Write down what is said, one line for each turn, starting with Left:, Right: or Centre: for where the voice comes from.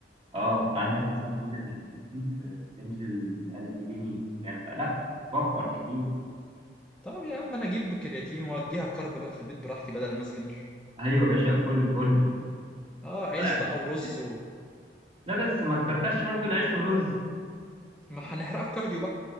Right: اه عندك مثلا مقابل ان الكرياتين في في رينج ال 1000 جنيه فاهم فلا بتوفر كتير
Centre: طب يا عم انا اجيب كرياتين واديها كارب بقى في البيت براحتي بدل الماس جنرال
Right: ايوه يا باشا كل كل
Centre: اه عيش
Right: على قد
Centre: بقى ورز
Right: ما تقدر
Centre: و...
Right: لا بس ما تكترش برضو العيش والرز
Centre: ما هنحرقها في كارديو